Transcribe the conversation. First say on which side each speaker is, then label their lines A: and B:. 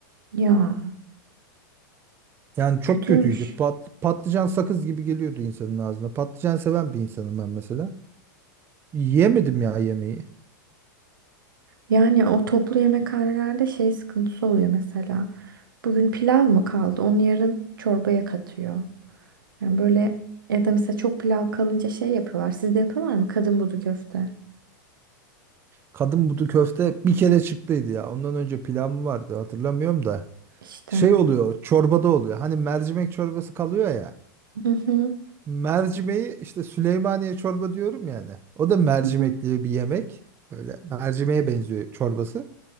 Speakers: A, on the right; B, on the right.
A: Ya.
B: Yani çok
A: Kötüymüş.
B: kötüydü. Pat, patlıcan sakız gibi geliyordu insanın ağzına. Patlıcan seven bir insanım ben mesela. Yiyemedim ya yemeği.
A: Yani o toplu yemekhanelerde şey sıkıntısı oluyor mesela. Bugün pilav mı kaldı? Onu yarın çorbaya katıyor. Yani böyle ya da mesela çok pilav kalınca şey yapıyorlar. Sizde yapıyorlar mı? Kadın budu köfte.
B: Kadın budu köfte bir kere çıktıydı ya. Ondan önce pilav mı vardı hatırlamıyorum da.
A: İşte.
B: Şey oluyor, çorbada oluyor. Hani mercimek çorbası kalıyor ya.
A: Hı hı.
B: Mercimeği işte Süleymaniye çorba diyorum yani. O da mercimekli
A: Hı hı.
B: bir yemek. Böyle mercimeğe benziyor çorbası.